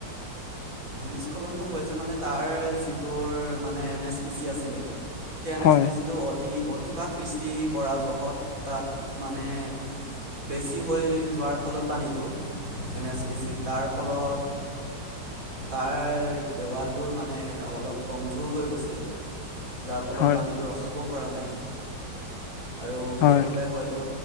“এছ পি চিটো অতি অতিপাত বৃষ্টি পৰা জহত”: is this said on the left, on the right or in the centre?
Right